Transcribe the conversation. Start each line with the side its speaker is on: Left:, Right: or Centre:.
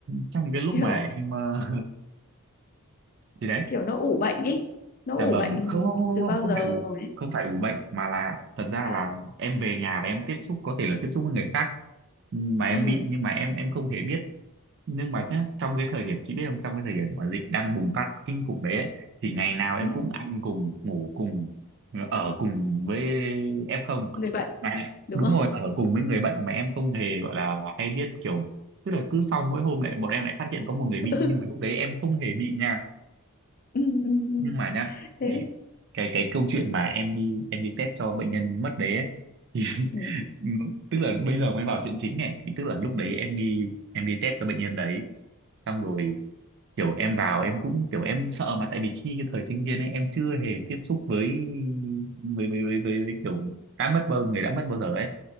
Right: Trong cái lúc
Left: kiểu
Right: mà em ờ, <laughs> thì đấy,
Left: kiểu nó ủ bệnh ý. Nó
Right: dạ
Left: ủ
Right: vâng,
Left: bệnh
Right: không không
Left: từ bao
Right: không không không
Left: giờ
Right: phải ủ
Left: rồi ấy.
Right: không phải ủ bệnh mà là thật ra
Left: Dạ.
Right: là em về nhà và em tiếp xúc có thể là tiếp xúc với người khác mà em
Left: Ừ,
Right: bị nhưng mà em em không hề biết nhưng mà nhá, trong cái thời điểm chị biết không trong cái thời điểm mà dịch đang bùng phát kinh khủng đấy ấy, thì ngày nào em
Left: ừ,
Right: cũng ăn cùng ngủ cùng ở cùng với F0
Left: người bệnh
Right: mà
Left: đúng
Right: đúng
Left: không?
Right: rồi ở cùng với người bệnh mà em không hề gọi là hay biết kiểu tức là cứ sau mỗi hôm lại bọn em lại phát hiện có một người
Left: <laughs>
Right: bị nhưng mà lúc đấy em không hề bị nha
Left: Ừ, ừ, ừ.
Right: nhưng mà nhá
Left: Thế.
Right: cái cái cái câu chuyện mà em đi em đi test cho bệnh nhân mất đấy ấy, thì
Left: Ừ.
Right: <laughs> tức là bây giờ mới vào chuyện chính này thì tức là lúc đấy em đi em đi test cho bệnh nhân đấy xong rồi kiểu em vào em cũng kiểu em sợ mà tại vì khi cái thời sinh viên ấy em chưa hề tiếp xúc với với với với, với, với kiểu đã mất bao người đã mất bao giờ ấy